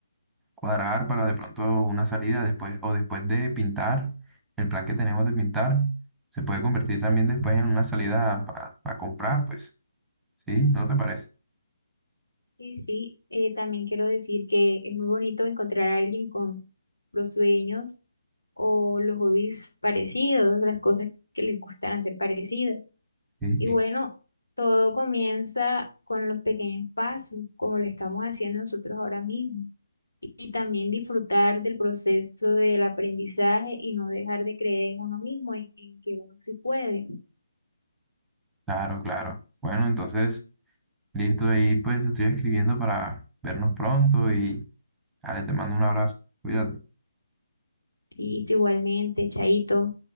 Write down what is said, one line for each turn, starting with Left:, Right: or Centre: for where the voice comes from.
Centre: cuadrar para de pronto una salida después o después de pintar, el plan que tenemos de pintar se puede convertir también después en una salida para comprar, pues, ¿sí? ¿No te parece?
Left: Sí, sí, eh, también quiero decir que es muy bonito encontrar a alguien con los sueños o los hobbies parecidos, las cosas que le gustan hacer parecidos.
Centre: Sí,
Left: Y
Centre: sí.
Left: bueno, todo comienza con los pequeños pasos, como lo estamos haciendo nosotros ahora mismo. Y, y también disfrutar del proceso del aprendizaje y no dejar de creer en uno mismo, en, en que uno sí puede.
Centre: Claro, claro. Bueno, entonces, listo, ahí pues estoy escribiendo para vernos pronto y, dale, te mando un abrazo. Cuídate.
Left: Listo, igualmente, Chaito.